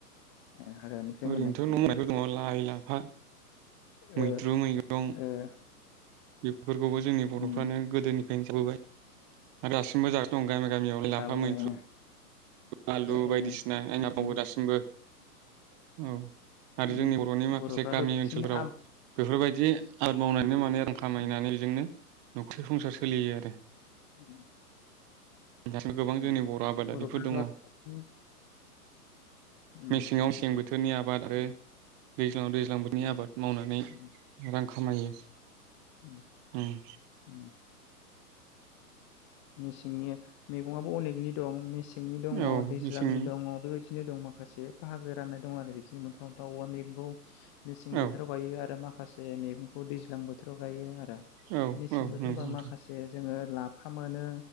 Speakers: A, on the left (about 20°); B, on the right (about 25°).
A: ओ हाग्रानिफ्राय
B: ओरैनोथ'
A: मोननायखौ
B: न'नायथ दङ लाइ लाफा
A: ओ
B: मैद्रु मैगं
A: ओ
B: बेफोरखौबो जोंनि बर'फ्रानो
A: उम
B: गोदोनि जों जाबोबाय आरो दासिबो जागो दं गामि गामियाव
A: जाबोबाय
B: लाफा मैद्रु आलु
A: ओ ओ
B: बायदिसिना आयनाफावबावो
A: उम
B: दासिमबो औ आरो
A: उम
B: जोंनि बर'नि माखासे
A: बर'फ्राथ'
B: गामि
A: बांसिन
B: ओनसोलफोराव
A: आबाद
B: बेफोरबायदि आबाद मावनानैनो मानि रां खामायनानै
A: उम
B: बेजोंनो न'थि संसार सोलियो आरो
A: उम
B: दासिम गोबां
A: उम
B: जोंनि बर' आबादारिफोर
A: बर'फ्राथ'
B: दङ
A: उम उम
B: मेसेङाव मसें बोथोरनि आबाद आरो
A: उम
B: दैज्लङाव दैज्लां बोथोरनि आबाद मावनानै
A: उम
B: रां खामायो
A: उम
B: उम <inaudible>
A: उम मेसेंनि मैगङा बो अनेकनि दं मेसें सेंनि दङ
B: औ
A: दैज्लांनि
B: मेसेंनि
A: दङ बेबायदि बिदिनो दं माखासे बाहागो राननाय दं आरो बिदिनो मोनफा मोनफा <unintelligible> मेसें
B: औ
A: बोथोराव गायो आरो माखा माखासे मैगंखौ दैज्लां बोथोराव गायो आ आ
B: औ
A: मेसें
B: औ
A: बोथोर
B: नंगौ
A: होमबा
B: नोंथां
A: माखासे जोङो लाब मोनो